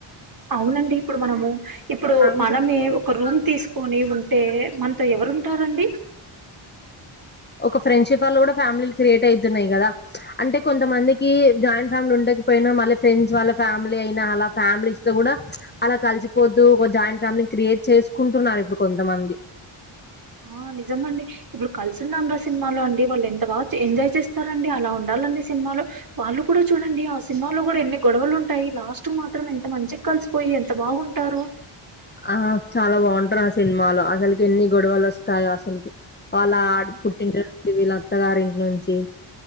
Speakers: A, on the right; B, on the left.
A: అవునండి ఇప్పుడు మనము ఇప్పుడు
B: మందికి
A: మనమే ఒక రూమ్ తీసుకొని ఉంటే మనతో ఎవరు టారండి.
B: ఒక ఫ్రెండ్షిప్ వల్ల కూడా ఫ్యామిలీలు క్రియేట్ అయితున్నాయి కదా అంటే కొంతమందికి జాయింట్. ఫ్యామిలీ ఉండకపోయినా మళ్ళీ ఫ్రెండ్స్ వాళ్ళ ఫ్యామిలీ అయినా అలా ఫ్యామిలీస్ తో కూడా అలా కలిసి. పొద్దుగా ల జాయింట్ ఫ్యామిలీ క్రియేట్ చేసుకుంటున్నారు ఇప్పుడు కొంతమంది.
A: ఆ నిజంగా అండి ష. ఇప్పుడు కలిసుందాం రా సినిమాలో అండి వల్లెంత బాగా చే ఎంజాయ్ చేస్తారు అలా ఉండాలి అండి సినిమాలు. వాళ్లు కూడా చూడండి ఆ సినిమాలో కూడా ఎన్ని. గొడవలు ఉంటాయి లాస్ట్ మాత్రం ఎంత మంచి కలిసి పోయి ఎంత బాగుంటారు.
B: అ చాలా బావుంటరు ఆ సినిమాలో అసలుకి ఎన్ని గొడవలు వస్తాయి అసలుకి. వాళ్ళ ఆటు పుట్టింటి నుంచి వీళ్ళ అత్త గారింటి నుంచి.